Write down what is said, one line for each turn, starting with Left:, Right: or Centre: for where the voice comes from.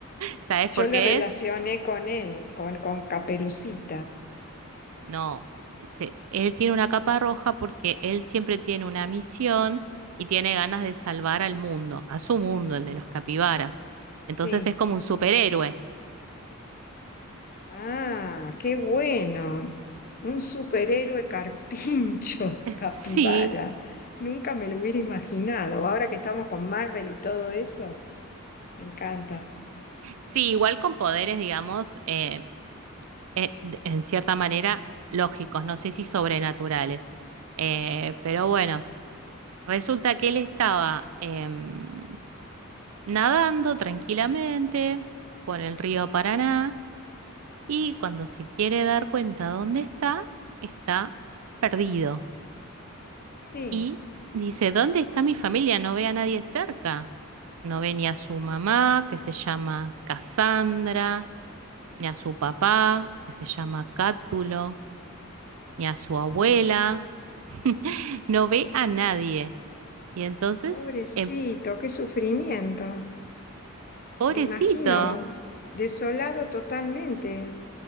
Right: ¿Sabes
Left: yo
Right: por qué
Left: lo relacioné
Right: es?
Left: con él, con, con Caperucita.
Right: No, se- él tiene una capa roja porque él siempre tiene una misión y tiene ganas de salvar al mundo, a su mundo, el de los capibaras. Entonces
Left: Sí.
Right: es como un superhéroe.
Left: Ah, qué bueno. Un superhéroe carpincho,
Right: <laughs>
Left: <laughs> capibara.
Right: Sí,
Left: Nunca me lo hubiera imaginado. Ahora que estamos con Marvel y todo eso, me encanta.
Right: sí, igual con poderes, digamos, eh, eh, de- en cierta manera lógicos, no sé si sobrenaturales. Eh, pero bueno, resulta que él estaba em, nadando tranquilamente por el río Paraná y cuando se quiere dar cuenta dónde está, está perdido.
Left: Sí.
Right: Y dice, ¿dónde está mi familia? No ve a nadie cerca. No ve ni a su mamá, que se llama Cassandra. ni a su papá, que se llama Cátulo, ni a su abuela,
Left: Ah,
Right: <laughs> no ve a nadie. Y entonces,
Left: pobrecito,
Right: em-
Left: qué sufrimiento.
Right: pobrecito,
Left: Me imagino, desolado totalmente.